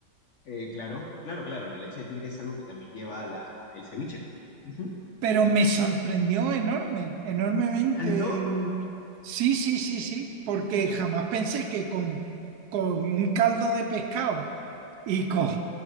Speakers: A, on the left; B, on the right.
A: Eh, claro, claro, claro. La leche de tigre es algo que también lleva la, el ceviche. Ujú.
B: pero me sorprendió enorme, enormemente
A: Tanto.
B: el... Sí, sí, sí, sí, porque jamás pensé que con, con un caldo de pescado y con,